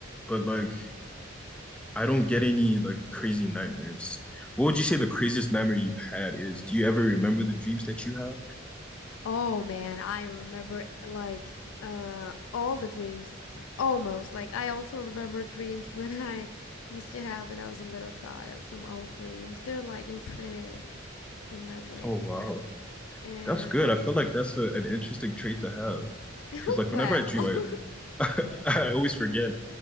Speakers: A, in the centre; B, on the left.
A: but like I don't get any like crazy nightmares. What would you say the craziest nightmare you've had is? Do you ever remember the dreams that you have?
B: Oh man, I remember like uh all the dreams almost. Like I also remember dreams when I used to have when I was a little child, some old dreams. They're like imprinted in my brain.
A: Oh wow,
B: And
A: that's good. I feel like that's a, an interesting trait to have
B: <laughs>
A: because like
B: well,
A: whenever I dream,
B: <laughs>
A: I <laughs> I always forget.